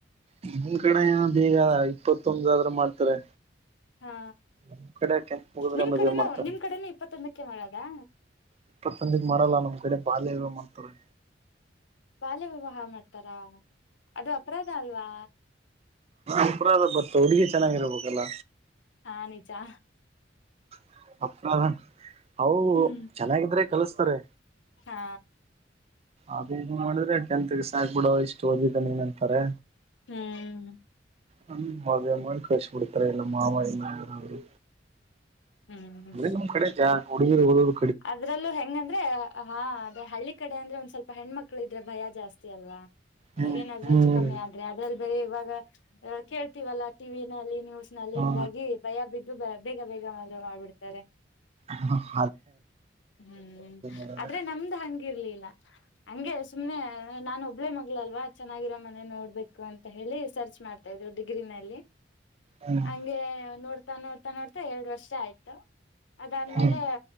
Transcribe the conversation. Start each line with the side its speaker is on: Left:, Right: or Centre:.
Right: ನಿಮ ಕಡೆ ಏನ್ದ ಈಗ ಇಪ್ಪತ್ತು. ತೊಂಬಾದ್ರ ಮಾಡ್ತಾರೆ.
Left: ಹಾ
Right: ನಿಮ್ ಕಡೆ ಟೆಂತ್ ಮುಗಿದ್ರೆ
Left: ನಿಮ್ಮ
Right: ಮದ್ವೆ
Left: ಕಡೆನೂ
Right: ಮಾಡ್ತಾರೆ
Left: ನಿಮ್ಮ ಕಡೆನು ಇಪ್ಪತೋಂದಕ ಕೆ ಮಾಡೋದಾ
Right: ಇಪ್ಪತೊಂದಿಗ್ ಮಾಡಲ್ಲ ನಮ್ ಕಡೆ ಬಾಲ್ಯವ ವಿವಾಹ ಮಾಡ್ತಾರೆ.
Left: ಬಾಲ್ಯ ವಿವಾಹ ಮಾಡ್ತಾರಾ. ಅದು ಅಪರಾಧ ಅಲ್ವಾ.
Right: ಅಪರಾಧ ಬಟ್ ಹುಡುಗಿ ಚೆನ್ನಾಗಿರ್ಬೇಕಲ್ಲ
Left: ಹಾ ನಿಜಾ
Right: <unintelligible> ಅವರು
Left: ಹ್ಮ್
Right: ಚೆನ್ನಾಗಿದ್ರೆ ಕಲಸ್ತಾರೆ
Left: ಹಾ
Right: ಅದು ಇದು ಮಾಡಿದ್ರೆ ಟೆಂತ್ ಗೆ ಸಾಕಬಿಡವ ಇಷ್ಟು ಓದಿದ್ದ ನೀನ್ ಅಂತಾರೆ.
Left: ಹ್ಮ್
Right: ಹ ಮದುವೆ ಮಾಡಿ ಕಳುಹಿಸಿ ಬಿಡ್ತಾರೆ ಇಲ್ಲ ಮಾವ ಇಲ್ಲ ಯಾರ ಅವರು.
Left: ಹ್ಮ್
Right: ಅಂದ್ರೆ ನಮ್ ಕಡೆ ಜಾ ಹಡುಗಿರು ಹುಡುಗರು.
Left: ಅದ್ರಲ್ಲೂ ಹೆಂಗಂದ್ರೆ. ಹಾ ಅದೆ ಹಳ್ಳಿ ಕಡೆ ಅಂದ್ರೆ ಒಂದ್ ಸ್ವಲ್ಪ ಹೆಣ್ಮಕ್ಳ ಇದ್ರೆ ಭಯ ಜಾಸ್ತಿ ಅಲ್ವಾ.
Right: ಹ್ಮ್
Left: ಏನಾದ್ರು
Right: ಹ್ಮ್
Left: ಹೆಚ್ಚು ಕಮ್ಮಿ ಆದ್ರೆ ಅದ್ರಲ್ಲಿ ಬರೆ ಇವಾಗ ಕೇಳ್ತೀವಲ್ಲ ಟಿವಿನಲ್ಲಿ ನೀವು ಲ್ಲಿ
Right: ಹಾ
Left: ಹಿಂಗಾಗಿ ಭಯ ಬಿದ್ದು ಇದು ಬೇಗ ಬೇಗ ಮದ್ವೆ ಮಾಡ್ಬಿಡ್ತಾರೆ.
Right: ಹ ಹ
Left: ಹ್ಮ್
Right: ಇರೋದು
Left: ಆದ್ರೆ ನಮ್ದ್ ಹಂಗಿರ್ಲಿಲ್ಲ ಹಂಗೆ ಸುಮ್ನೆ ನಾನು ಒಬ್ಬಳೇ ಮಗಳಲ್ವಾ ಚೆನ್ನಾಗಿರೋ ಮನೆ ನೋಡ್ಬೇಕು ಅಂತ ಹೇಳಿ ಸರ್ಚ್ ಮಾಡ್ತಾ ಇದ್ವಿ ಡಿಗ್ರಿನಲ್ಲಿ
Right: ಹ್ಮ್
Left: ಹಗೆ ನೋಡ್ ನೋಡ್ತಾ ನೋಡ್ತಾ ಎರಡ್ ವರ್ಷ ಆಯ್ತು ಅದಾದ್ಮೇಲೆ
Right: ಹ್ಮ್